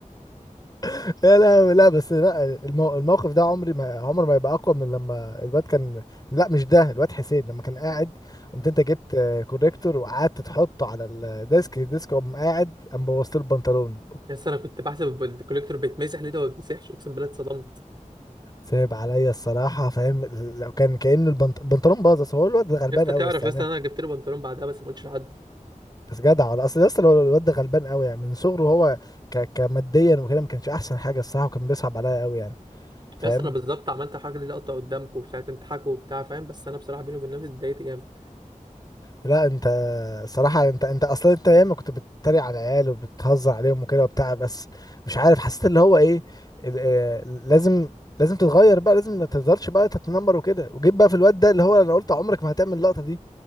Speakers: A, on the left (about 30°); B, on the right (about 35°).
A: <laughs> لا لا لا بس لا المو- الموقف ده عمري ما عمر ما يبقى اقوى من لما الواد كان لا مش ده الواد حسين لما كان قاعد قمت انت جبت آه، كوريكتور وقعدت تحطه على الديسك الديسك قام قاعد قام بوظت له البنطلون
B: يا اسطى انا كنت بحسب الكوليكتور بيتمسح ليه ده ما بيتمسحش اقسم بالله اتصدمت
A: صعب عليا الصراحه فاهم لو كان كأنه البنط- البنطلون باظ بس هو الواد غلبان
B: يا اسطى
A: قوي
B: تعرف
A: بس
B: يا
A: يعني
B: اسطى انا جبت له بنطلون بعدها بس ما قلتش لحد
A: بس جدع والله. اصل لسه الواد ده غلبان قوي يعني من صغره هو ك... كماديا وكده ما كانش احسن حاجه الصراحه وكان بيصعب عليا قوي يعني فاهم
B: بس انا بالظبط عملت حاجه دي لقطه قدامكم وساعه تضحكوا وبتاع فاهم بس انا بصراحه بيني وبين نفسي اتضايقت جامد
A: لا انت الصراحه انت انت اصلا انت ياما كنت بتتريق على العيال وبتهزر عليهم وكده وبتاع بس مش عارف حسيت اللي هو ايه ال... آه، لازم لازم تتغير بقى لازم ما تفضلش بقى تتنمر وكده وجيت بقى في الواد ده اللي هو انا قلت عمرك ما هتعمل اللقطه دي